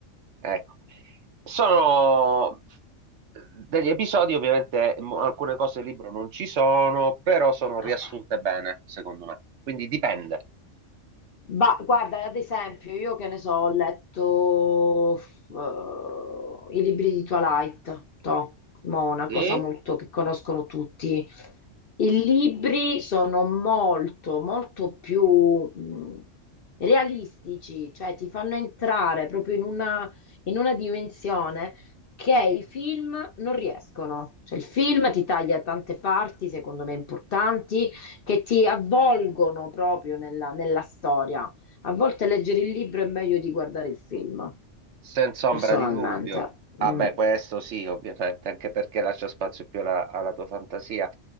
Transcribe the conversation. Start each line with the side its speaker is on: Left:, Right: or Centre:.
Right: Ecco, sono eh, degli episodi, ovviamente mo- alcune cose del libro non ci sono, però sono
Left: Eh.
Right: riassunte bene, secondo me. Quindi dipende.
Left: Ba- guarda, ad esempio, io che ne so, ho letto eh, i libri di Twilight, to, mo, una
Right: Sì?
Left: cosa molto che conoscono tutti. I libri sono molto, molto più mh, realistici, cioè ti fanno entrare proprio in una, in una dimensione che i film non riescono. Cioè, il film ti taglia tante parti, secondo me importanti, che ti avvolgono proprio nella, nella storia. A volte leggere il libro è meglio di guardare il film,
Right: Senza
Left: personalmente.
Right: ombra di dubbio. Ah
Left: Mm,
Right: beh, questo sì, ovviamente, anche perché lascia spazio più alla, alla tua fantasia.